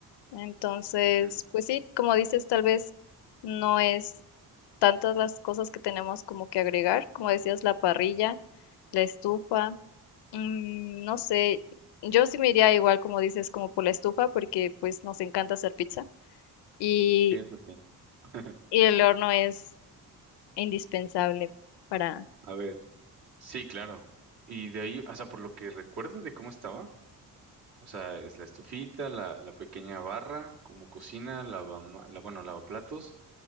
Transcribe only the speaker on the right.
ujú,
Sí, eso sí. <laughs>
A ver. Sí, claro. Y de ahí, o sea, por lo que recuerdo de cómo estaba. O sea, es la estufita, la, la pequeña barra, como cocina, lava, la, bueno, lavaplatos,